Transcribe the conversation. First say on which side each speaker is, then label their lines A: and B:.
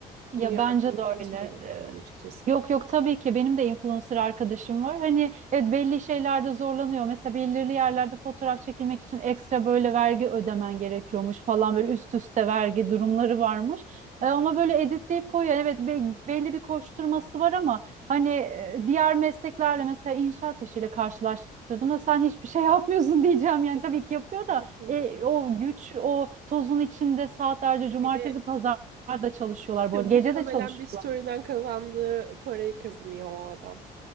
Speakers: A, on the right; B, on the right.
A: Ya
B: Bunu yargılamak
A: bence de
B: için
A: öyle.
B: söylemiyorum açıkçası.
A: Yok yok tabii ki benim de influencer arkadaşım var. Hani evet belli şeylerde zorlanıyor. Mesela belirli yerlerde fotoğraf çekilmek için ekstra böyle vergi ödemen gerekiyormuş falan böyle üst üste vergi durumları varmış. E, ama böyle editleyip koyuyor. Yani Evet be- belli bir koşturması var ama hani e, diğer mesleklerle mesela inşaat işiyle karşılaştırdığımda sen hiçbir şey yapmıyorsun <laughs> diyeceğim. Yani
B: Kes-
A: tabii ki yapıyor da
B: Kesinlikle.
A: e, o güç o tozun içinde saatlerce cumartesi
B: Bir de
A: pazar da çalışıyorlar
B: <laughs>
A: bu arada.
B: Muhtemelen
A: Gece de çalışıyorlar.
B: bir story'den kazandığı parayı kazanıyor o adam.